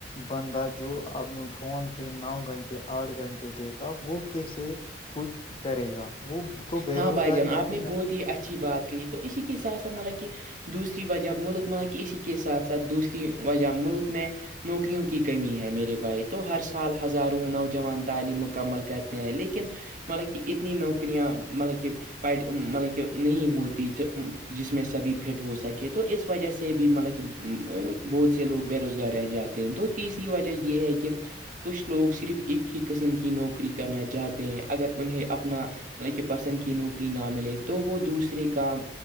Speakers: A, on the left; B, on the right.
A: بندہ جو اب فون پہ نو گھنٹے آٹھ گھنٹے دے گا وہ کیسے کچھ کرے گا وہ تو بے
B: ہاں
A: روزگار
B: بھائی جان
A: ہی رہے
B: آپ نے بہت ہی اچھی بات کہی تو اسی کے ساتھ سات مطلب کہ دوسری وجہ ملک مان کہ ا کے ساتھ ساتھ دوسری وجہ ملک میں نوکریوں کی کمی ہے میرے بھائی تو ہر سال ہزاروں نوجوان تعلیم مکمل کرتے ہیں لیکن مطلب کہ اتنی نوکریاں مطلب کہ مطلب کہ نہیں ہوتی جس میں سبھی فٹ ہو سکے تو اس وجہ سے بھی مطلب کہ بہت سے لوگ بے روزگار رہ جاتے ہیں تو تیسری وجہ یہ ہے کہ کچھ لوگ صرف ایک ہی قسم کی نوکری کرنا چاہتے ہیں اگر انہیں اپنا کہ پسند کی نوکری نہ ملے تو وہ دوسرے کام